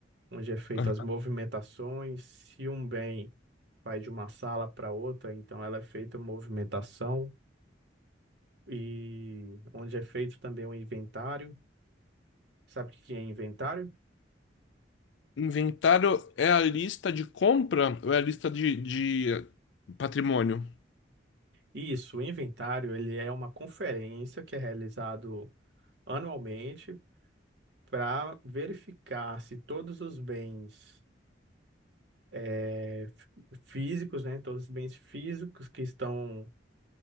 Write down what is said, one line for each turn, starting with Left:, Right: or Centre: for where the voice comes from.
Right: onde é feito
Left: Aham.
Right: as movimentações, se um bem vai de uma sala para outra, então ela é feita a movimentação e onde é feito também o inventário. Sabe o que que é inventário?
Left: Inventário é a lista de compra ou é a lista de, de patrimônio?
Right: Isso, o inventário, ele é uma conferência que é realizado anualmente para verificar se todos os bens eh, fí- físicos, né, todos os bens físicos que estão